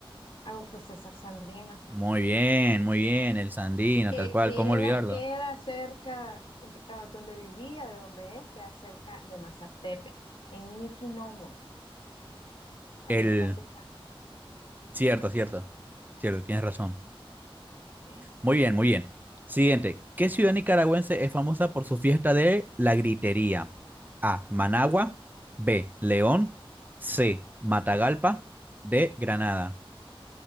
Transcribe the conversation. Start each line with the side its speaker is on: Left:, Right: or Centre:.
Left: Augusto César Sandino.
Right: Muy bien, muy bien, el Sandino,
Left: Que
Right: tal cual,
Left: queda,
Right: ¿cómo olvidarlo?
Left: queda cerca, ah, donde vivía, de donde es, queda cerca de Mazatepe, en Niquinomo. Ahí
Right: El
Left: está su casa,
Right: Cierto, cierto. Cierto, tienes razón.
Left: en
Right: Muy bien, muy bien. Siguiente. ¿Qué ciudad nicaragüense es famosa por su fiesta de la gritería? A. Managua. B. León. C. Matagalpa. D. Granada.